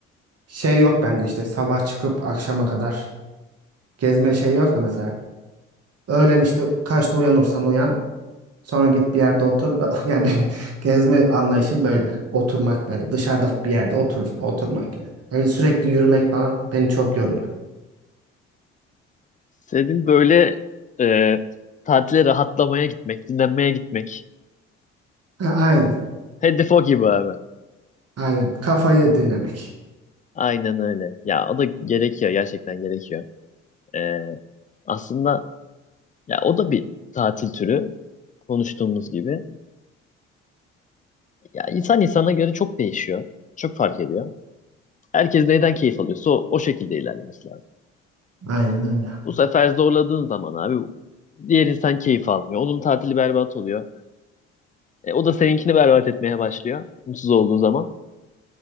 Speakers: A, on the right (about 55°); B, on the left (about 25°).
A: Şey yok bende işte sabah çıkıp akşama kadar gezme şey yok da mesela. Öğlen işte kaçta uyanırsan uyan sonra git bir yerde otur. <laughs> Yani benim gezme anlayışım böyle oturmak böyle dışarıda bir yerde otur, oturmak yani. Öyle sürekli yürümek falan beni çok yoruyor.
B: senin böyle e, tatile rahatlamaya gitmek, dinlenmeye gitmek.
A: Ha, aynen
B: Hedef o gibi abi.
A: aynen kafayı dinlemek.
B: Aynen öyle. Ya o da gerekiyor gerçekten gerekiyor. Ee, aslında ya o da bir tatil türü konuştuğumuz gibi. Ya insan insana göre çok değişiyor. Çok fark ediyor. Herkes neyden keyif alıyorsa o, o şekilde ilerlemesi lazım.
A: Aynen öyle.
B: Bu sefer zorladığın zaman abi diğer insan keyif almıyor. Onun tatili berbat oluyor. E, o da seninkini berbat etmeye başlıyor. Mutsuz olduğu zaman.